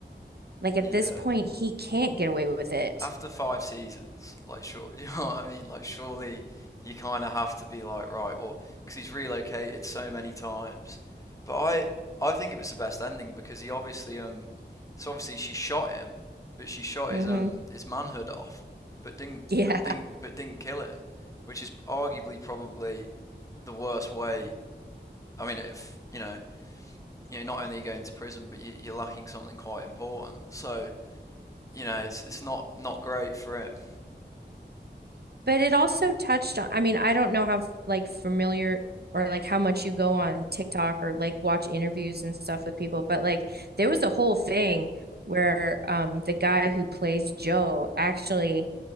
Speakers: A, on the right; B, on the left.
A: like at
B: yeah.
A: this point, he can't get away with it.
B: after five seasons, like sure, <laughs> you know what I mean? Like surely you kind of have to be like, right, well, because he's relocated so many times. But I, I think it was the best ending because he obviously, um, so obviously she shot him, but she shot
A: Mm-hmm.
B: his um
A: <laughs>
B: his manhood off, but didn't,
A: Yeah.
B: but didn't, but didn't kill him, which is arguably probably the worst way. I mean, if you know, you know, not only are you go into prison, but you, you're lacking something quite important. So you know, it's it's not not great for him.
A: But it also touched on, I mean, I don't know how like familiar or like how much you go on TikTok or like watch interviews and stuff with people, but like there was a whole thing where um the guy who plays Joe actually